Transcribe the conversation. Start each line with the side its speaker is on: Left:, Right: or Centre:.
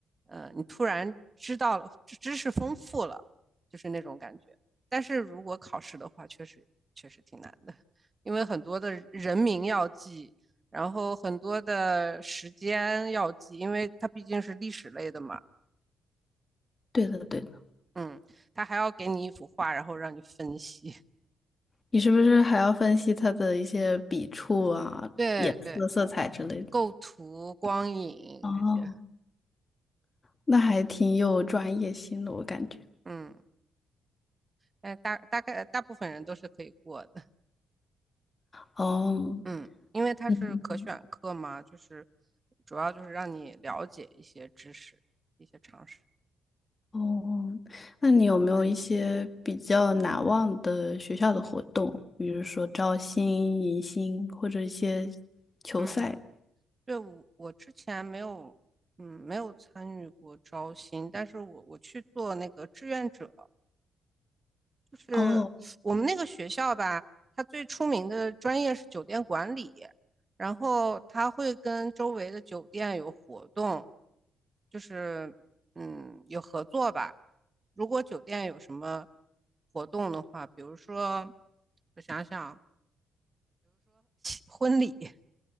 Right: 呃，你突然知道了，知知识丰富了，就是那种感觉。但是如果考试的话，确实确实挺难的，因为很多的人名要记，然后很多的时间要记，因为它毕竟是历史类的嘛，
Left: 对的，对的。
Right: 嗯，它还要给你一幅画，然后让你分析，
Left: 你是不是还要分析他的一些笔触啊、
Right: <laughs> 对对，
Left: 颜色、色彩之类的？
Right: 构图、光影这些，
Left: 哦，那还挺有专业性的，我感觉。
Right: 嗯。嗯但大大概大部分人都是可以过的，
Left: 哦，
Right: 嗯，因为它是可选课嘛，
Left: 嗯，
Right: 就是主要就是让你了解一些知识、一些常识。
Left: 哦，那你有没有一些比较难忘的学校的活动，比如说招新、迎新或者一些球赛？
Right: 嗯，对，我我之前没有，嗯，没有参与过招新，但是我我去做那个志愿者，就是我们那个学校吧，
Left: 哦
Right: 它最出名的专业是酒店管理，然后它会跟周围的酒店有活动，就是嗯有合作吧。如果酒店有什么活动的话，比如说我想想婚礼，<laughs>